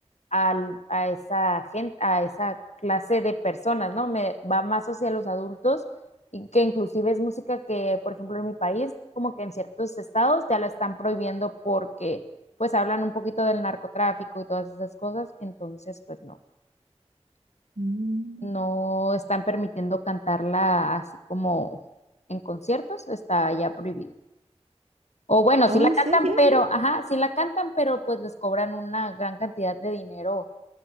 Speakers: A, on the left (about 80°); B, on the right (about 75°).
A: a, a esa gente, a esa clase de personas, ¿no? Me va más hacia los adultos y que inclusive es música que, por ejemplo, en mi país, como que en ciertos estados ya la están prohibiendo porque pues hablan un poquito del narcotráfico y todas esas cosas, entonces pues no,
B: Mm.
A: no están permitiendo cantarla así como en conciertos, está ya prohibido. O bueno,
B: Oh,
A: sí la
B: ¿en
A: cantan,
B: serio?
A: pero, ajá, sí la cantan, pero pues les cobran una gran cantidad de dinero